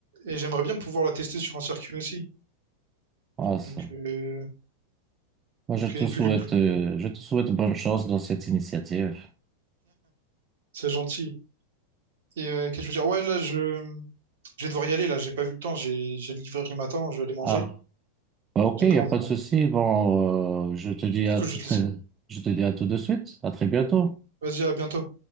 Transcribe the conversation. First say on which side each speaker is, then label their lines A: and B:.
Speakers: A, on the right; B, on the right.
A: et j'aimerais bien pouvoir la tester sur un circuit aussi.
B: Ah, ça.
A: Donc, euh,
B: Moi,
A: donc
B: je te
A: et
B: souhaite,
A: puis le plus,
B: euh, je te souhaite bonne chance dans cette initiative.
A: c'est gentil. Et euh, qu'est-ce que je veux dire? Ouais, là, je, je vais devoir y aller, là, j'ai pas vu le temps, j'ai j'ai le livreur qui m'attend, je vais aller manger,
B: Ah, bah, ok,
A: j'ai
B: il
A: commandé
B: n'y a pas
A: à manger.
B: de souci. Bon, euh, je te dis
A: Du
B: à
A: coup,
B: tout
A: je vais te
B: très,
A: laisser.
B: je te dis à tout de suite. À très bientôt.
A: Vas-y, à bientôt.